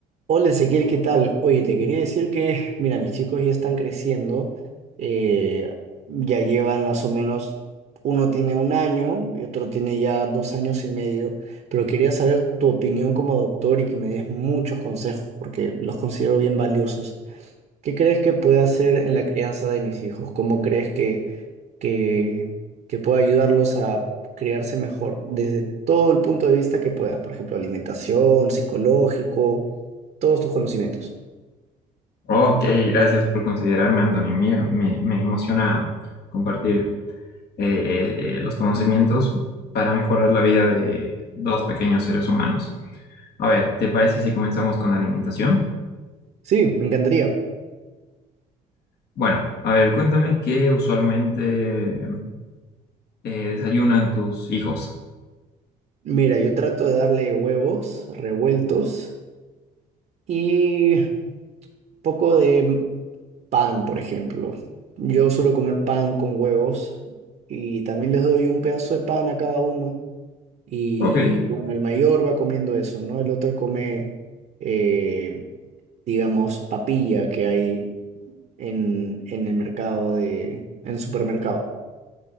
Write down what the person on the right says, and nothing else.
Hola Ezequiel, ¿qué tal? Oye, te quería decir que, mira, mis chicos ya están creciendo, eh, ya llevan más o menos, uno tiene un año y otro tiene ya dos años y medio, pero quería saber tu opinión como doctor y que me des muchos consejos porque los considero bien valiosos. ¿Qué crees que puede hacer en la crianza de mis hijos? ¿Cómo crees que que, que pueda ayudarlos a crearse mejor desde todo el punto de vista que puedas, por ejemplo, alimentación, psicológico, todos tus conocimientos.
Sí, me encantaría.
Mira, yo trato de darle huevos revueltos y poco de pan, por ejemplo. Yo suelo comer pan con huevos y también les doy un pedazo de pan a cada uno. Y
bueno, el mayor va comiendo eso, ¿no? El otro come eh, digamos, papilla que hay en, en el mercado de, en supermercado.